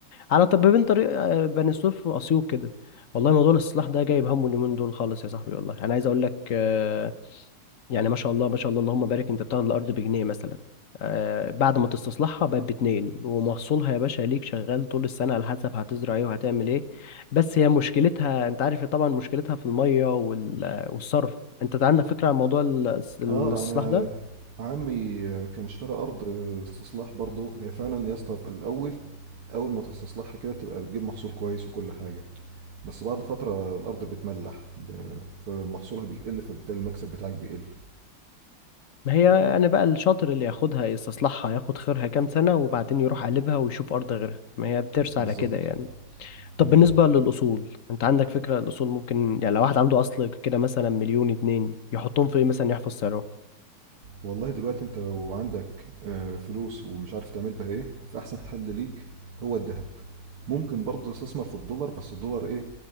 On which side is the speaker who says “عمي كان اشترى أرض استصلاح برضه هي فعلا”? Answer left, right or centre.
Right